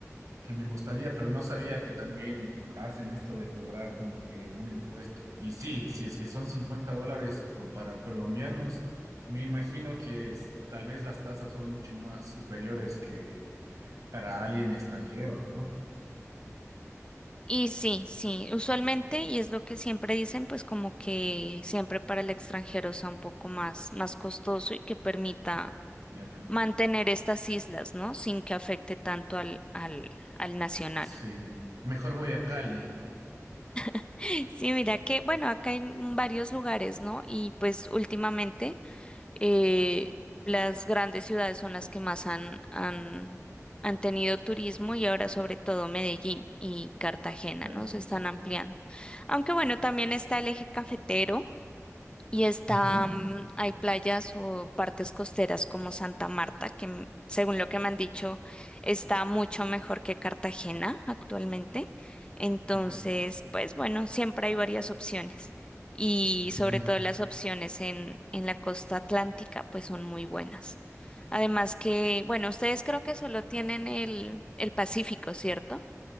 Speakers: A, on the right; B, on the left.
A: que me gustaría, pero no sabía que también hacen esto de cobrar como que un impuesto. Y sí, si es que son 50 dólares co- para colombianos, me imagino que es- tal vez las tasas son mucho más superiores que para alguien extranjero, ¿no?
B: Y sí, sí, usualmente, y es lo que siempre dicen, pues como que siempre para el extranjero sea un poco más, más costoso y que permita
A: Ya.
B: mantener estas islas, ¿no? Sin que afecte tanto al, al, al nacional.
A: Sí. Mejor voy a Cali.
B: <laughs> Sí, mira que, bueno, acá hay m- varios lugares, ¿no? Y pues últimamente eh, las grandes ciudades son las que más han, han, han tenido turismo y ahora sobre todo Medellín y Cartagena,
A: Ya,
B: ¿no? Se
A: sí.
B: están ampliando. Aunque bueno, también está el eje cafetero Y está,
A: Ujú.
B: mm, hay playas o partes costeras como Santa Marta, que mm, según lo que me han dicho, está mucho mejor que Cartagena actualmente. Entonces,
A: Ya.
B: pues bueno, siempre hay varias opciones. Y
A: Ah,
B: sobre
A: mira.
B: todo las opciones en, en la costa atlántica, pues son muy buenas. Además que, bueno, ustedes creo que solo tienen el, el Pacífico, ¿cierto?